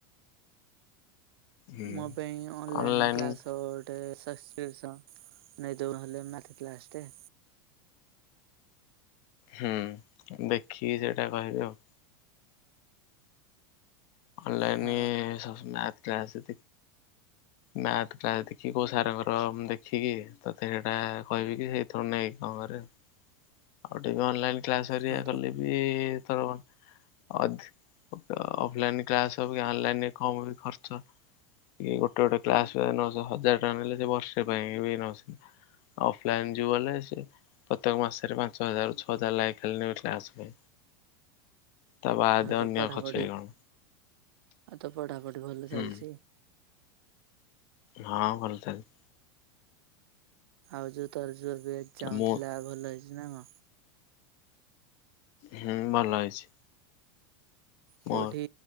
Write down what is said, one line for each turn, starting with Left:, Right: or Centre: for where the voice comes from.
Left: ହୁଁ
Right: ମ ପାଇଁ ଅନଲାଇନ୍
Left: ଅନଲାଇନ
Right: କ୍ଲାସ୍ <unintelligible> କ୍ରିପ୍ସନ୍ <unintelligible> ହେଲେ ମ୍ୟାଥ କ୍ଲାସ୍ ଟେ
Left: ହୁଁ ଦେଖିକି ସେଇଟା କହିବି ଆଉ। ଅନଲାଇନ୍
Right: ହଁ
Left: ମ୍ୟାଥ କ୍ଲାସ୍ ମ୍ୟାଥ୍ କ୍ଲାସ୍ ଦେଖିକି କୋଉ ସାର୍ ଙ୍କର ଦେଖିକି ତୋତେ ସେଇଟା କହିବି କି ସେଇଥରୁ ନେଇକି କଣ କରିବୁ। ଆଉ ଟିକେ ଅନଲାଇନ୍ କ୍ଲାସହେରିକା
Right: ଆଉ ତୋ
Left: କଲେ ବି ତର ଅଧି ଅଫଲାଇନ୍ କ୍ଲାସ୍ ଅବିକା ଅନଲାଇନ୍ କମ ବି ଖର୍ଚ୍ଚ। ଇଏ ଗୋଟେ ଗୋଟେ କ୍ଲାସ୍ ପାଇଁ ନଶ ହଜାର ଟଙ୍କା ନେଲେ ଯେ ବର୍ଷେ ପାଇଁ <unintelligible> ଅଫଲାଇନ୍ ଯୋଉ ଗଲେ ସେ ପ୍ରତ୍ୟେକ ମାସ ଚାରି ପାଞ୍ଚ ହଜାର ଛଅ ହଜାର ଲେଖା ଖାଲି ନେବେ କ୍ଲାସ୍ ପାଇଁ। ତା ବାଦେ
Right: ଆଉ
Left: ଅନ୍ୟ
Right: ତୋ ପଢାପଢି
Left: ଖର୍ଚ୍ଚ ହେଇ କଣ
Right: ଆଉ ତ ପଢ଼ାପଢ଼ି ଭଲ
Left: ହୁଁ
Right: ଚାଲିଚି।
Left: ହଁ ଭଲ ଚାଲିଚି।
Right: ଆଉ ଯୋଉ ତୋର ଯୋ ଏବେ ଏକ୍ଜାମ୍
Left: ମୁଁ
Right: ଥିଲା ଭଲ ହେଇଛି ନା କଣ?
Left: ହୁଁ ଭଲ ହେଇଛି।
Right: କୋଉଠି
Left: ମୋର